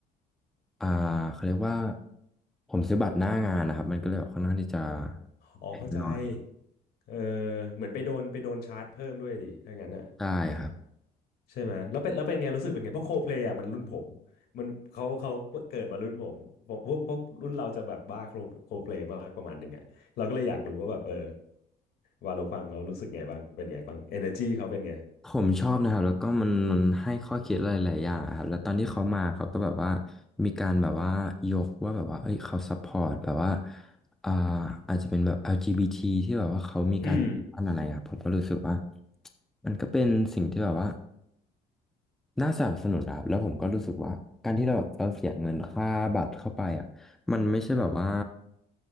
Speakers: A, in the centre; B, on the left.
A: อ่าเขาเรียกว่าผมซื้อบัตรหน้างานนะครับมันก็เลยแบบค่อนข้างที่จะ
B: อ๋อเข้าใจ
A: แพงหน่อย
B: เออเหมือนไปโดนไปโดนชาร์จเพิ่มด้วยดิถ้างั้นอ่ะ
A: ใช่ครับ
B: ใช่ไหมแล้วเป็นแล้วเป็นไงรู้สึกเป็นไงเพราะโคเพลย์อ่ะมันรุ่นผมมันเขาเขาเกิดมารุ่นผมพวกพวกพวกรุ่นเราจะแบบบ้าโคโคเพลย์มากประมาณหนึ่งอ่ะเราก็เลยอยากรู้ว่าแบบเออวาโลฟังเรารู้สึกไงบ้างเป็นไงบ้างเอเนอร์จีเขาเป็นไง
A: ผมชอบนะครับแล้วก็มันมันให้ข้อคิดหลายๆอย่างอะครับแล้วตอนที่เขามาเขาก็แบบว่ามีการแบบว่ายกว่าแบบว่าเอ้ยเขาซัพพอร์ตแบบว่าอ่าอาจจะเป็นแบบ LGBT ทีที่แบบว่าเขามีการอะไรอะครับผมก็รู้สึกว่า
B: อืม
A: มันก็เป็นสิ่งที่แบบว่า น่าสนับสนุนนะครับแล้วผมก็รู้สึกว่าการที่เราเราเสียเงินค่าบัตรเข้าไปอ่ะมันไม่ใช่แบบว่า